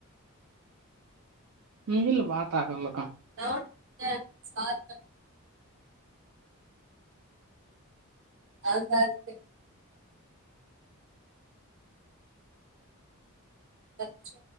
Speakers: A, on the right; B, on the right.
A: నీల్ బాగ తగల
B: <unintelligible> అ శాంతి అచ్చు